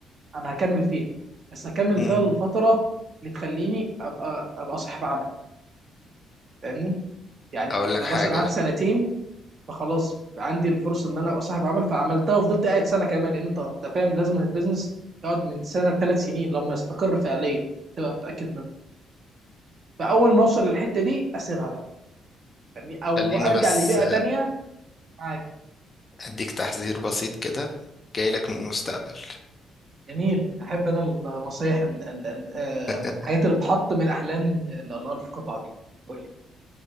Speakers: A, on the right; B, on the left.
A: انا هكمل فيها بس هكمل
B: امم
A: فيها الفترة اللي تخليني ابقى ابقى صاحب عمل فاهمني يعني
B: اقول لك
A: انا
B: حاجة
A: مثلا قعدت سنتين فخلاص عندي الفرصة ان انا ابقى صاحب عمل فعملتها وفضلت قاعد سنة كمان لان انت أنت فاهم لازم البيزنس يقعد من سنة لثلاث سنين لما يستقر فعليا تبقى متأكد منه فاول ما اوصل للحتة دي اسيبها بقى. يعني او
B: خليني
A: ارجع
B: بس
A: لبيئه تانية معاك
B: اديك تحذير بسيط كده جاي لك من المستقبل
A: جميل احب انا النصايح ال- ال- ال- آه،
B: <laughs>
A: الحاجات اللي بتحط من الاحلام ل- لله في القطعه دي قول لي